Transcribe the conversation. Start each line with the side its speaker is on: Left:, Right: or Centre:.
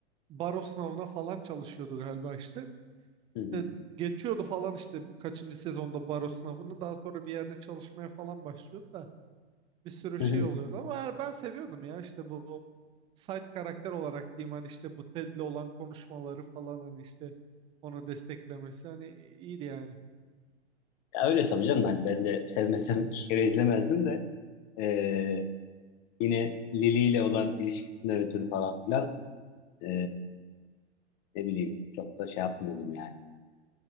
Right: Baro sınavına falan çalışıyordu galiba işte.
Left: Hı hı.
Right: de geçiyordu falan işte kaçıncı sezonda baro sınavını daha sonra bir yerde çalışmaya falan başlıyordu da bir sürü şey
Left: Hı hı.
Right: oluyordu ama yani ben seviyordum ya işte bu side karakter olarak diyeyim hani işte bu Ted'le olan konuşmaları falan hani işte onu desteklemesi hani iyiydi yani.
Left: Ya öyle tabii canım. Hani ben de <laughs> sevmesem iki kere izlemezdim de. Ee, yine Lili ile olan ilişkisinden ötürü falan filan. ee, ne bileyim. Çok da şey yapmıyordum yani.